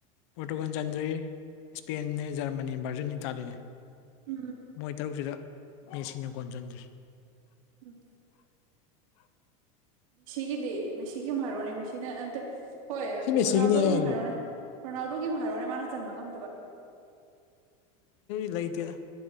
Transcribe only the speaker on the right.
ꯎꯝ
ꯎꯝ ꯃꯦꯁꯤꯒꯤꯗꯤ ꯃꯦꯁꯤꯒꯤ ꯑꯃꯨꯛ ꯍꯥꯏꯔꯣꯅꯦ ꯃꯦꯁꯤꯅꯦ ꯅꯠꯇꯦ ꯍꯣꯏ
ꯔꯣꯅꯥꯜꯗꯣꯒꯤ
ꯑꯃ ꯍꯥꯏꯔꯣꯅꯦ ꯔꯣꯅꯥꯜꯗꯣꯒꯤ ꯑꯃꯨꯛ ꯍꯥꯏꯔꯣꯅꯦ ꯃꯥꯅ ꯆꯟꯕ ꯉꯝꯗꯕ